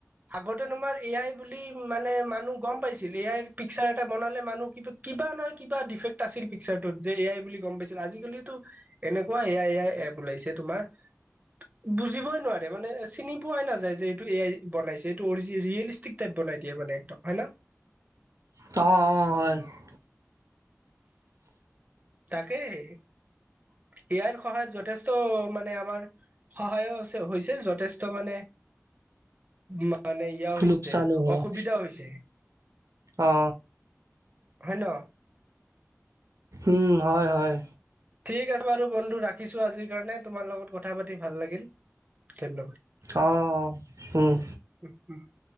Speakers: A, on the right; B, on the right.
A: আগতে তোমাৰ এ আই বুলি মানে মানুহ গম পাইছিল, এ আইৰ পিক্সাৰ এটা বনালে মানুহ কিবা কিবা নহয় কিবা ডিফেক্ট আছিল পিক্সাৰটোত যে এ আই বুলি গম পাইছিল। আজিকালিতো এনেকুৱা এয়াই এয়াই এপ ওলাইছে তোমাৰ বুজিবই নোৱাৰে, মানে চিনি পোৱাই নাযায় যে এইটো এ আই বনাইছে এইটো অৰ্জি ৰিয়েলিষ্টিক টাইপ বনাই দিয়ে একদম হয় না।
B: অঁ অঁ হয়।
A: তাকে, এ আইৰ সহায়ত যথেষ্ট মানে আমাৰ সহায়ো হৈছে হৈছে যথেষ্ট মানে মানে ইয়া হৈছে
B: লোকচানো হয়।
A: অসুবিধা হৈছে।
B: অ।
A: হয় ন।
B: উম হয় হয়।
A: ঠিক আছে বাৰু বন্ধু ৰাখিছোঁ আজিৰ কাৰণে, তোমাৰ লগত কথা পাতি ভাল লাগিল ধন্যবাদ।
B: অঁ, উম।
A: <inaudible>